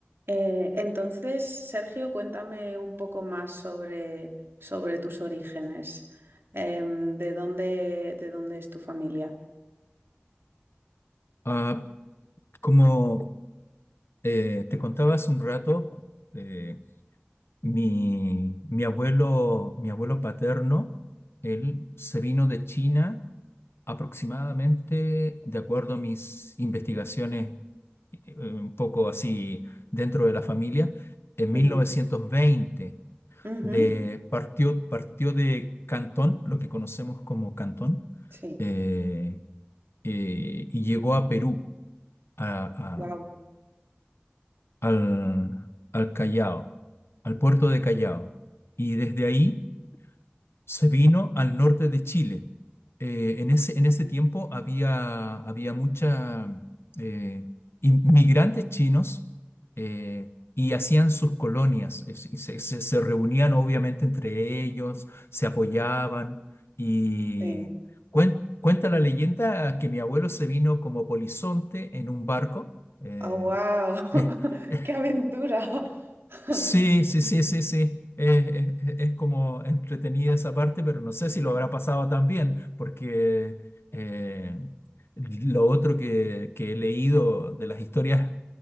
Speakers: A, on the right (about 70°); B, on the left (about 85°).
A: Eh, entonces, Sergio, cuéntame un poco más sobre, sobre tus orígenes. Em, ¿de dónde, de dónde es tu familia?
B: Ah, como eh, te contaba hace un rato, eh, mi, mi abuelo, mi abuelo paterno, él se vino de China aproximadamente, de acuerdo a mis investigaciones, eh, un poco así dentro de la familia, en
A: Ujú,
B: mil novecientos veinte
A: ujú,
B: De, partió, partió de Cantón, lo que conocemos como Cantón,
A: Sí.
B: eh, eh, y llegó a Perú, a
A: Wow.
B: al, al Callao, al puerto de Callao. Y desde ahí se vino al norte de Chile. Eh, en ese, en ese tiempo había, había mucha eh, inmigrantes chinos eh, y hacían sus colonias. Es- y se, se- se reunían obviamente entre ellos, se apoyaban y
A: Sí.
B: cuen- Cuenta la leyenda que mi abuelo se vino como polizonte en un barco. eh,
A: Oh, wow.
B: eh, <laughs>
A: <laughs> ¡Qué aventura! <laughs>
B: Sí, sí, sí, sí, sí. Es, es- es como entretenida esa parte, pero no sé si lo habrá pasado tan bien, porque eh, lo otro que, que he leído de las historias